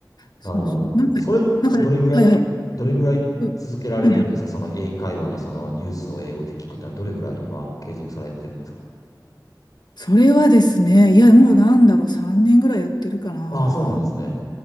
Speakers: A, on the left (about 70°); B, on the left (about 55°).
A: そうそう。
B: なるほど。
A: なんか、
B: それ、
A: なんか、
B: どれぐらい、
A: はいはい。
B: どれぐらい続けられてるんですかその英会話のそのニュースを英語で聞くってのはどれぐらい今継続されてるんですか
A: うはいはい。それはですね、いや、もうなんだろう、3年ぐらいやってるかな。
B: ああ、そうなんですね。